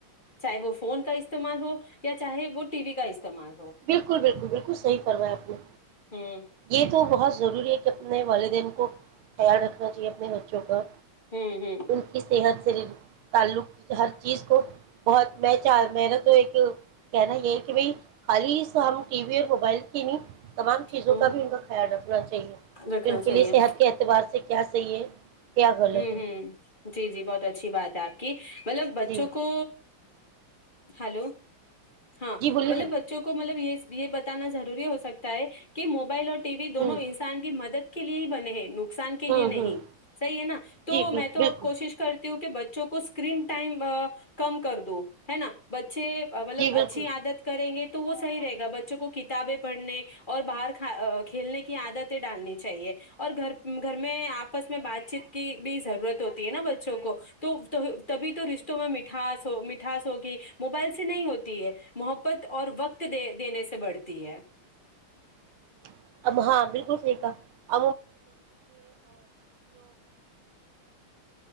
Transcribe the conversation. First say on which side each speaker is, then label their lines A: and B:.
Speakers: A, on the left; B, on the right.
A: چاہے وہ فون کا استعمال ہو یا چاہے وہ ٹی وی کا استعمال ہو
B: بالکل بالکل بالکل صحیح فوا ہے آپ نے
A: ہوں
B: یہ تو بہت ضروری ہے کہ اپنے والدین کو خیال رکھنا چاہیے بچوں کا
A: ہوں ہوں
B: ان کی صحت شریر تعلق ہر چیز کو بہت میں چاہ میرا تو ایک کہنا یہ کہ بھائی خالی سا ہم ٹی وی اور موبائل نہیں تمام چیزوں
A: ہوں
B: کا بھی ان کا خیال رکھنا چاہیے
A: رکھنا
B: کہ ان
A: چاہیے
B: کے لیے صحت کے اعتبار سے کیا صحیح ہے کیا غلط
A: ہوں
B: ہے
A: ہوں جی جی بہت اچھی بات ہے آپ کی مطلب بچوں
B: جی
A: کو ہلو ہاں
B: جی بولیے
A: مطلب
B: نا
A: بچوں کو مطلب یہ یہ بتانا ضروری ہو سکتا ہے کہ موبائل اور ٹی وی دونوں
B: ہوں
A: انسان کی مدد کے لیے ہی بنے ہیں نوک <unintelligible> نقصان کے
B: ہوں
A: لیے نہیں
B: ہوں
A: صحی ہے نا <unintelligible> تو
B: جی بل-
A: میں تو
B: بالکل
A: اب کوشش کری <unintelligible> ہ کہ بچوں کو اسکرین ٹائم کم کر دو ہے نا بچے <unintelligible> اچھے مطلب
B: جی بالکل
A: اچھی عادت کریں گے <unintelligible> تو وہ صحی رہے گا بچوں کو کتابیں پڑھنے اور باہر کھیلنے کی عادتیں ڈالنی چاہیے اور گھر گھر میں آپس میں بات چیت <unintelligible> کی بھی ضرورت ہوتی ہے نا بچوں کو تو تبھی تو رشتوں میں مٹھاس ہو مٹھاس ہوگی موبائل سے نہیں ہوتی ہے محبت اور وقت د دینے سے بڑھتی ہے <unintelligible>
B: <unintelligible> پھر لگے